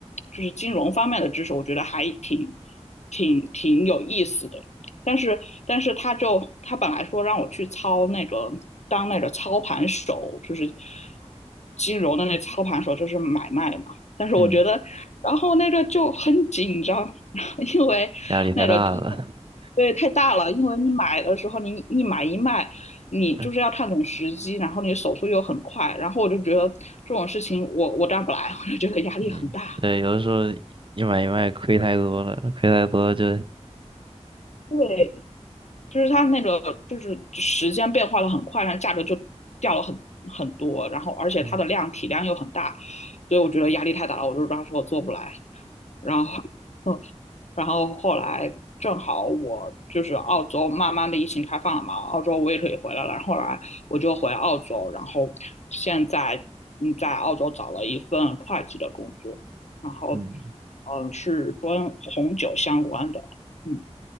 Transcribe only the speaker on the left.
就是金融方面的知识，我觉得还挺挺挺有意思的。但是但是他就他本来说让我去操那个当那个操盘手，就是金融的那操盘手，就是买卖嘛。但是我觉得，
然后那个就很紧张，<laughs> 因为那个金融
对太大了，因为你买的时候你一买一卖。你就是要看准时机，
然后你手速又很快，然后我就觉得这种事情我我干不来，我就觉得压力很大。
对，就是它那个就是时间变化的很快，然后价格就掉了很很多，然后而且它的量体量又很大，
所以我觉得压力太大了，我就当时我做不来。然后，嗯，然后后来正好我就是澳洲慢慢的疫情开放了嘛，澳洲我也可以回来了，然后后来我就回澳洲，然后现在嗯在澳洲找了一份会计的工作，然后
嗯是跟红酒相关的，嗯。